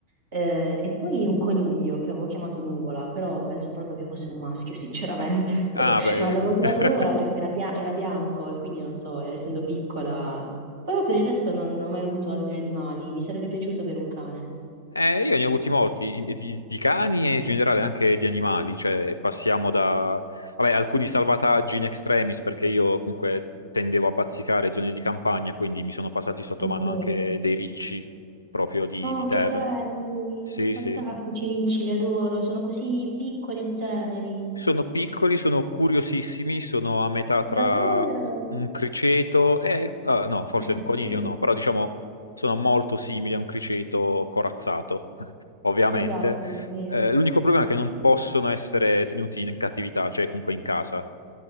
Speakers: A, on the right; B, on the left.
A: eh, e poi un coniglio che avevo chiamato Nuvola, però penso proprio che fosse un maschio, sinceramente. <laughs>
B: Ah, beh,
A: Ma l'avevo chiamato
B: <laughs>
A: Nuvola perché era, bia- era bianco e quindi non so, essendo piccola. Però per il resto non, non ho mai avuto altri animali, mi sarebbe piaciuto avere un cane.
B: eh, io ne ho avuti molti, in- di, di cani e in generale anche di animali, cioè passiamo da, vabbè, alcuni salvataggi in extremis, perché io comunque tendevo a bazzicare zone di campagna, quindi mi sono passati sotto
A: Ok.
B: mano anche dei ricci proprio di,
A: Oh,
B: di terra.
A: che belli!
B: Sì,
A: Fantastici,
B: sì.
A: Ricci, li adoro, sono così piccoli e teneri.
B: Sono piccoli, sono curiosissimi, sono a metà tra
A: Davvero?
B: un criceto e... ah, no, forse
A: <laughs>
B: un coniglio no, però diciamo sono molto simili a un criceto corazzato, <laughs> ovviamente.
A: Esatto, sì.
B: Eh, l'unico problema è che non possono essere tenuti in cattività, cioè comunque in casa.